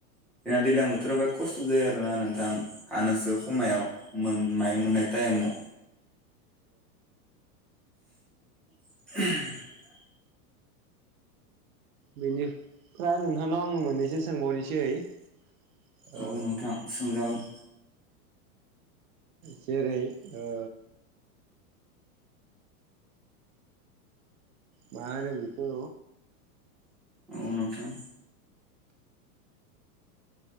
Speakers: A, in the centre; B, on the right.
A: जाहा दैज्लां बोथोराव बिरात खस्थ जायो आरो ना नोंथां हानोसो खमायाव मोन माइ मोननाय टायेमाव। <inaudible>
B: बेनि फ्राय नोंथांनाव आङो मोननैसो सोंबावनि? सै
A: औ
B: ओ।
A: नोंथां सोंजागोन
B: जेरै ओ मा होनो बिखौ?
A: औ नोंथां।